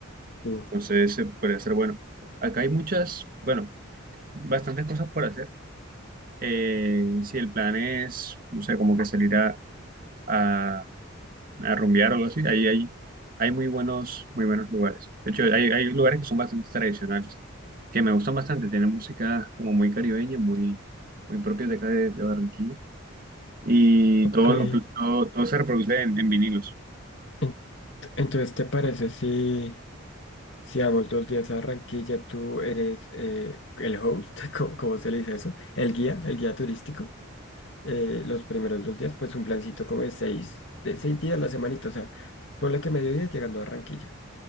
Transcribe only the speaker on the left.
Sí.
Eh,
en- entonces, ¿te parece si, si vamos dos días a Barranquilla, tú eres eh, el host, <laughs> ¿cómo, cómo se le dice eso? El guía, el guía turístico. Eh, los primeros dos días, pues un plancito como de seis, de seis días la semanita, o sea, ponle que mediodía llegando a Barranquilla.